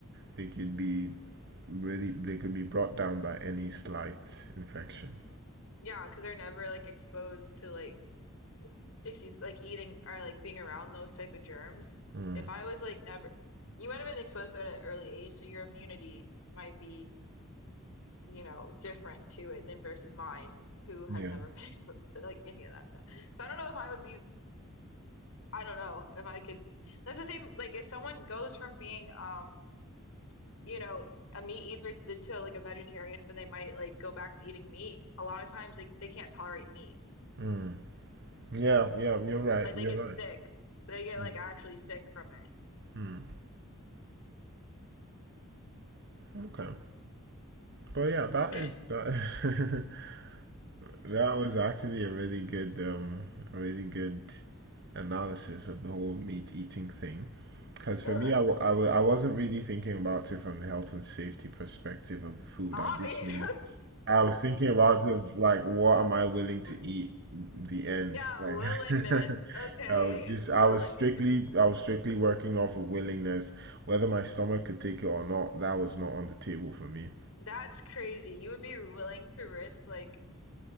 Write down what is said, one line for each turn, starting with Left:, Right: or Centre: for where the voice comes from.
Right: They could be really. They could be brought down by any slight infection.
Left: yeah, because they're never like exposed to like excuse like eating or like being around those type of germs.
Right: Mm.
Left: If I was like never, you might have been exposed to it at an early age, so your immunity might be, you know, different to it than versus mine, who has
Right: Yeah.
Left: never been <laughs> exposed to like any of that stuff. So I don't know if I would be, I don't know if I could. That's the same, like if someone goes from being, um, you know, a meat eater to, to like a vegetarian, but they might like go back to eating meat. A lot of times, like they can't tolerate meat.
Right: Mm. Yeah. Yeah. You're right.
Left: Like they
Right: You're
Left: get
Right: right.
Left: sick. They get like
Right: Mm.
Left: actually sick from
Right: Mm. Okay. But yeah, that
Left: it.
Right: is that. <laughs>
Left: <laughs>
Right: that was actually a really good, um, a really good analysis of the whole meat eating thing. Because
Left: Look,
Right: for me, I, w I, w I wasn't really thinking about it from the health and safety perspective of the food.
Left: obviously.
Right: I just mean, I was thinking about it of like, what am I willing
Left: <laughs>
Right: to eat? The end.
Left: Yeah,
Right: Like,
Left: willingness.
Right: <laughs>
Left: Okay,
Right: I was just, I
Left: willingness.
Right: was strictly, I was strictly working off of willingness. Whether my stomach could take it or not, that was not on the table for me.
Left: That's crazy. You would be willing to risk like